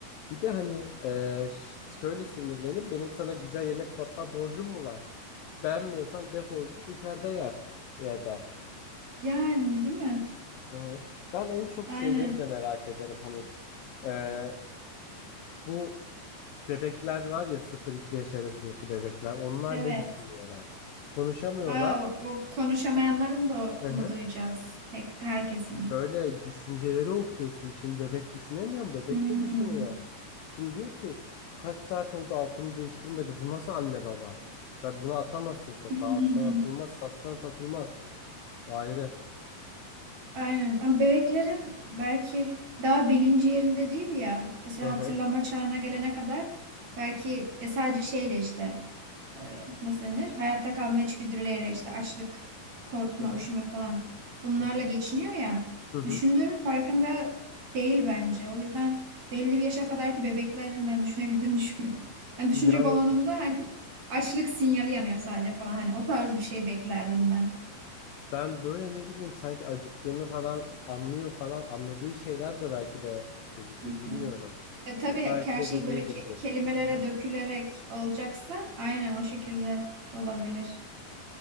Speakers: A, on the left; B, on the right.
A: Bir de hani e, ş- şöyle sinirlenir. Benim sana güzel yemek yapma borcum mu var? Beğenmiyorsan defol git dışarıda yer. Ya der.
B: Yani değil mi?
A: Hı hı. Ben en çok
B: Aynen.
A: şeyleri de merak ederim. Hani e, bu bebekler var ya 0-2 yaş arasındaki bebekler. Onlar
B: Evet.
A: ne düşünüyorlar? Konuşamıyorlar.
B: Aa, o, o konuşamayanların da
A: Hı
B: mı
A: hı.
B: duyacağız? Pek- Herkesin.
A: Şöyle düşünceleri okuyorsun. Şimdi bebek düşünemiyor mu? Bebek
B: Hmm.
A: de düşünüyor. Şimdi diyor ki kaç saat oldu altımı değiştirmedi. Bu nasıl anne baba? Tabii bunu atamazsın sokağa.
B: <laughs>
A: Alsan atılmaz, satsan satılmaz. Ayrı.
B: Aynen. Ama bebeklerin belki daha bilinci yerinde değil ya. Mesela
A: Hı hı.
B: hatırlama çağına gelene kadar belki ya sadece şeyle işte e, nasıl denir? Hayatta kalma içgüdüleriyle işte açlık, korkma,
A: Hı hı.
B: üşüme falan bunlarla
A: Hı hı.
B: geçiniyor ya.
A: Hı hı.
B: Düşündüğünün farkında değil bence. O yüzden belli bir yaşa kadarki bebeklerin ben düşünebildiğini <laughs> düşünmüyorum. Yani düşünce
A: Yani
B: balonunda hani açlık sinyali yanıyor sadece falan. Hani o tarz bir şey beklerdim ben.
A: ben böyle ne bileyim sanki acıktığını falan anlıyor falan anladığı şeyler de belki de gözükür
B: Hı
A: bilmiyorum.
B: hı. E, tabii
A: Belki
B: ki her
A: de
B: şey
A: dediğim
B: böyle ke-
A: gibidir.
B: kelimelere
A: Hı hı.
B: dökülerek olacaksa aynen o şekilde olabilir.